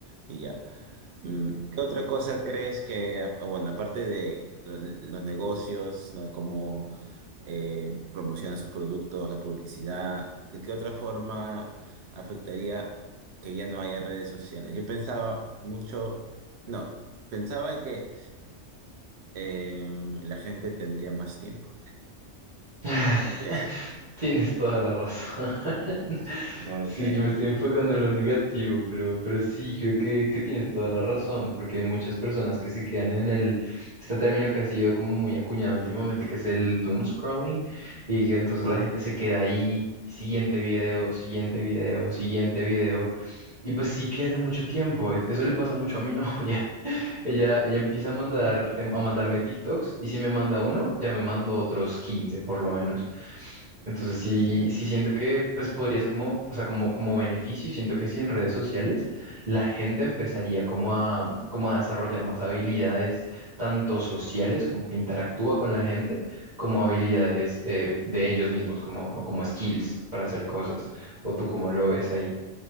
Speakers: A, on the right (about 65°); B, on the right (about 35°).
A: y ya. Mm, ¿Qué otra cosa crees que, ah, bueno, aparte de lo- los negocios, ¿no? Cómo eh, promocionan sus productos, la publicidad, ¿de qué otra forma afectaría que ya no haya redes sociales? Yo pensaba mucho, no, pensaba en que em, la gente tendría más tiempo.
B: <laughs>
A: Porque,
B: Tienes toda la razón. <laughs>
A: <laughs> porque
B: Sí, yo me estoy enfocando en lo negativo, pero, pero sí, creo que, que tienes toda la razón, porque hay muchas personas que se quedan en el, este término que ha sido como muy acuñado últimamente, que es el doom scrolling, y que entonces la gente se queda ahí, siguiente video, siguiente video, siguiente video, y pues sí pierde mucho tiempo, es- eso le pasa mucho a mi <laughs> novia, ella, ella empieza a mandar, em, a mandarme TikToks y si me manda uno, ya me mando otros 15 por lo menos. Entonces sí,
A: sí.
B: sí siento que pues podrías como, o sea, como, como beneficio, siento que si en redes sociales la gente empezaría como a, como a desarrollar más habilidades, tanto sociales como que interactúa con la gente, como habilidades eh, de ellos mismos, como, como skills para hacer cosas. ¿O tú cómo lo ves ahí?